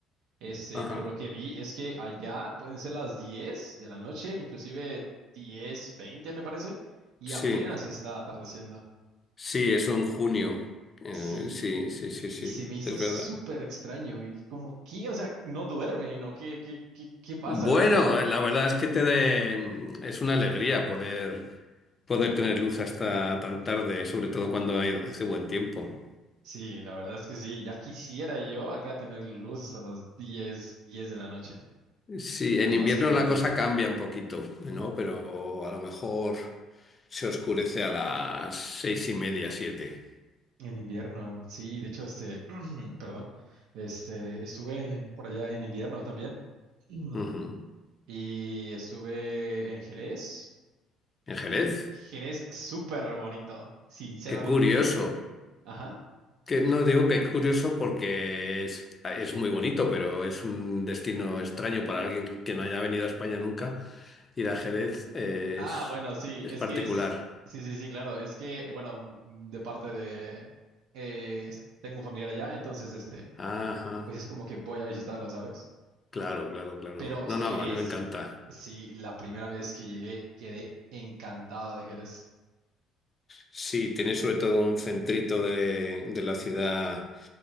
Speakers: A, on the right; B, on the left.
A: Este,
B: ajá,
A: pero lo que vi es que allá pueden ser las 10 de la noche, inclusive 10, 20, me parece, y
B: sí,
A: apenas está atardeciendo.
B: sí, eso en junio. Eh,
A: Sí,
B: sí, sí, sí, sí,
A: y se me hizo
B: es
A: súper
B: verdad.
A: extraño. Y como, ¿qué? O sea, no duermen, ¿o qué, qué, qué, qué pasa
B: Bueno,
A: allá?
B: eh, la verdad es que te de- es una alegría poder, poder tener luz hasta tan tarde, sobre todo cuando hay- hace buen tiempo.
A: Sí, la verdad es que sí, ya quisiera yo acá tener luz hasta las 10, 10 de la noche.
B: Sí,
A: La
B: en
A: verdad
B: invierno
A: es que te
B: la
A: da tiempo.
B: cosa cambia un poquito, ¿no? Pero a lo mejor se oscurece a las seis y media, siete.
A: En invierno, sí, de hecho, este, <clears throat> perdón, este, estuve en- por allá en invierno también. <clears throat> Mm.
B: Ujú.
A: Y estuve en Jerez.
B: ¿En Jerez?
A: Y Jerez súper bonito, sinceramente.
B: Qué curioso.
A: Ajá.
B: Que no digo que es curioso porque es, es muy bonito, pero es un destino extraño para alguien que no haya venido a España nunca. Ir a Jerez es,
A: Ah, bueno, sí,
B: es
A: es
B: particular.
A: que es. Sí, sí, sí, claro. Es que, eh, bueno, m- de parte de. eh, es- tengo un familiar allá, entonces, este,
B: Ajá,
A: pues es como que voy a visitarlo, ¿sabes?
B: claro, claro, claro.
A: Pero
B: No,
A: Jerez,
B: no, a mí me encanta.
A: sí, la primera vez que llegué quedé encantado de Jerez.
B: Sí, tiene sobre todo un centrito de, de la ciudad